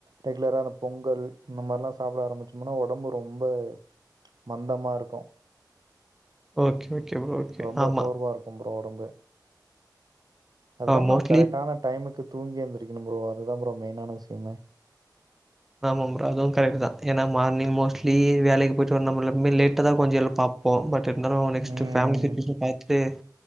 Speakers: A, on the right; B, in the centre.
A: ரெகுலரா அந்த பொங்கல் இந்த மாதிரிலா சாப்ட ஆரம்பிச்சம்னா ஒடம்பு ரொம்ப மந்தமா இருக்கு
B: ஓகே ஓகே ப்ரோ ஓகே.
A: ரொம்ப
B: ஆமா.
A: சோர்வாருக்கு ப்ரோ ஒடம்பு அதுல்லாம
B: அ மோஸ்ட்லி
A: நம்ம கரெக்டான டைமுக்கு தூங்கி எந்திருக்கணும் ப்ரோ அதுதான் ப்ரோ மெயினான விஷயமே
B: ஆமா ப்ரோ அதுவும் கரக்ட்டு தான் ஏன்னா மார்னிங் மோஸ்ட்லி வேலைக்கு போயிட்டு வந்தாமுடில ரொம்ப்வே லேட்டா தான் கொஞ்ச எழ பாப்போம் பட் இருந்தாலும் நெஸ்ட்டு
A: ம்
B: ஃபேமிலி சிட்டுவேஷன் பாத்துட்டு